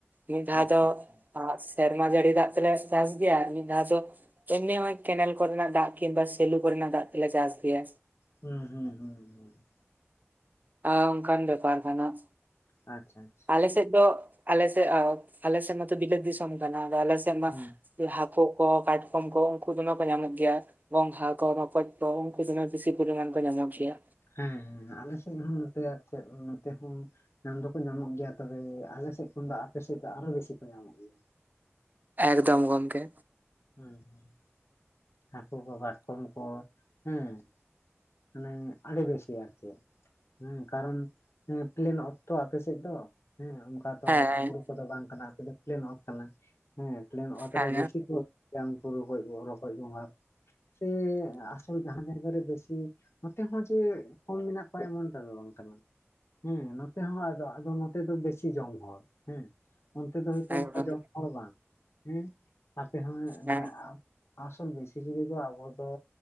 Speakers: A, on the right; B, on the left.
A: ᱢᱤᱫ ᱫᱷᱟᱣ
B: ᱟᱪᱪᱷᱟ
A: ᱫᱚᱻᱜ
B: ᱟᱪᱪᱷᱟ
A: ᱟᱸ ᱥᱮᱨᱢᱟ ᱡᱟᱹᱲᱤ ᱫᱟᱜ ᱛᱮᱞᱮ ᱪᱟᱥ ᱜᱮᱭᱟ ᱟᱨ ᱢᱤᱫ ᱫᱷᱟᱣ ᱫᱚ ᱮᱢᱱᱤ ᱦᱚᱸᱭ ᱠᱮᱱᱮᱞ ᱠᱚᱨᱮᱱᱟᱜ ᱫᱟᱜ ᱠᱤᱢ ᱵᱟ ᱥᱤᱞᱩ ᱠᱚᱨᱮᱱᱟᱜ ᱫᱟᱜ ᱛᱮᱞᱮ ᱪᱟᱥ ᱜᱮᱭᱟ᱾
B: ᱦᱩᱸ ᱦᱩᱸ ᱦᱩᱸ ᱦᱩᱸ ᱾
A: ᱟᱸ ᱚᱝᱠᱟᱱ ᱵᱮᱯᱟᱨ ᱠᱟᱱᱟᱜ᱾
B: ᱟᱪᱪᱷᱟ ᱭ,
A: ᱟᱞᱮ ᱥᱮᱫ ᱫᱚ ᱟᱞᱮ ᱥᱮᱜᱼᱚ ᱟᱞᱮ ᱥᱮᱫ ᱱᱚᱛᱮ ᱵᱤᱞᱟᱹᱛ ᱫᱤᱥᱚᱢ ᱠᱟᱱᱟ ᱟᱫᱚ ᱟᱞᱮ ᱥᱮᱫ ᱢᱟ
B: ᱦᱩᱸ
A: ᱡᱩᱫᱤ ᱦᱟᱠᱳ ᱠᱚ ᱠᱟᱴᱠᱚᱢ ᱠᱚ ᱩᱸᱠᱩ ᱫᱚᱢᱮ ᱠᱚ ᱧᱟᱢᱚᱜ ᱜᱮᱭᱟ, ᱜᱚᱝᱜᱷᱟ ᱠᱚ ᱨᱚᱠᱚᱡ ᱠᱚ ᱩᱸᱠᱩ ᱫᱚᱢᱮ ᱵᱮᱥᱤ ᱯᱩᱨᱟᱹ ᱜᱟᱱ ᱠᱚ ᱧᱟᱢᱚᱜ ᱜᱮᱭᱟ᱾
B: ᱦᱮᱸ ᱦᱮᱸ ᱟᱞᱮᱥᱮᱫ ᱦᱚᱸ ᱱᱚᱛᱮ ᱟᱨ ᱪᱮᱫ ᱱᱚᱛᱮ ᱦᱚᱸ ᱧᱟᱢ ᱫᱚᱠᱚ ᱧᱟᱢᱚᱜ ᱜᱮᱭᱟ ᱛᱚᱵᱮ ᱟᱞᱮᱥᱮᱫ ᱠᱷᱚᱱ ᱫᱚ ᱟᱯᱮᱥᱮᱫ ᱫᱚ ᱟᱨᱦᱚ ᱵᱮᱥᱤ ᱠᱚ ᱧᱟᱢᱚᱜ ᱜᱮᱭᱟ᱾
A: ᱮᱠᱫᱚᱢ ᱜᱚᱢᱠᱮ᱾
B: ᱦᱩᱸ ᱦᱩᱸ, ᱦᱟᱹᱠᱩ ᱠᱚ ᱠᱟᱴᱠᱚᱢ ᱠᱚ ᱦᱮᱸ᱾ ᱢᱟᱱᱮ ᱟᱹᱰᱤ ᱵᱮᱥ ᱜᱮ ᱟᱨᱠᱤ, ᱦᱮᱸ ᱠᱟᱨᱚᱱ ᱦᱮᱸ ᱯᱮᱞᱮᱱ ᱚᱛ ᱛᱚ ᱟᱯᱮᱥᱮᱫ ᱫᱚ ᱦᱮᱸ ᱚᱱᱠᱟ ᱛᱚᱻᱜ
A: ᱦᱮᱸ
B: ᱵᱩᱨᱩ ᱠᱚᱫᱚ ᱵᱟᱝ ᱠᱟᱱᱟ ᱟᱯᱮ ᱫᱚ ᱯᱮᱞᱮᱱ ᱚᱛ ᱠᱟᱱᱟ ᱦᱮᱸ ᱯᱮᱞᱮᱱ ᱚᱛ
A: ᱦᱮᱸ
B: ᱨᱮ ᱵᱮᱥᱤ ᱠᱚ ᱧᱟᱢ ᱠᱚ ᱩᱱᱠᱩ ᱨᱚᱠᱚᱡ ᱨᱚᱠᱚᱡ ᱜᱚᱝᱜᱷᱟ, ᱥᱮ ᱟᱥᱚᱞ ᱡᱟᱦᱟᱸ ᱡᱟᱭᱜᱟ ᱨᱮ ᱵᱮᱥᱤ ᱱᱚᱛᱮ ᱦᱚᱸ ᱡᱮ ᱠᱚᱢ ᱢᱮᱱᱟᱜ ᱠᱚᱣᱟ ᱮᱢᱚᱱ ᱴᱟᱜ ᱫᱚ ᱵᱟᱝ ᱠᱟᱱᱟ, ᱦᱮᱸ ᱱᱚᱛᱮ ᱦᱚᱸ ᱟᱫᱚ ᱟᱫᱚ ᱱᱚᱛᱮ ᱫᱚ ᱵᱮᱥᱤ ᱡᱚᱢ ᱦᱚᱲ ᱦᱮᱸ᱾ ᱚᱱᱛᱮ ᱫᱚ ᱦᱚᱭᱛᱳ
A: ᱮᱠᱫᱚᱢ
B: ᱚᱱᱠᱟ ᱡᱚᱢ ᱦᱚᱲ ᱵᱟᱝ ᱦᱮᱸ ᱟᱯᱮ ᱦᱚᱸ ᱮᱸ
A: ᱦᱮᱸ
B: ᱢᱟᱱᱮ ᱟᱯ ᱟᱥᱚᱞ ᱵᱟᱹᱭᱥᱤ ᱡᱤᱜᱟᱹ ᱫᱚ ᱟᱵᱚ ᱫᱚ